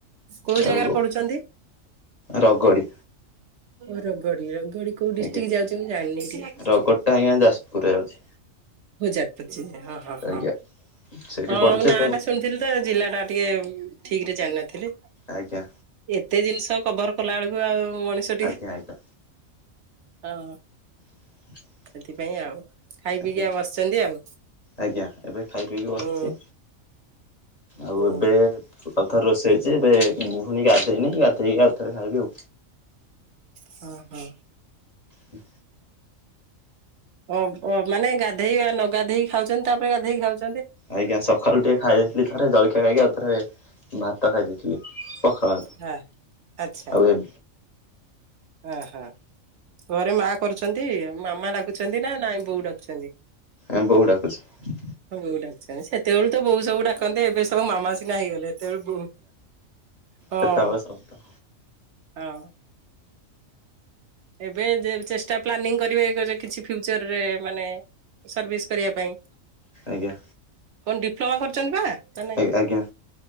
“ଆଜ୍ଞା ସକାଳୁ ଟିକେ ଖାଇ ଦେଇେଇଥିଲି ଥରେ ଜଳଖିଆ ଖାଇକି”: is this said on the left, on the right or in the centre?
Left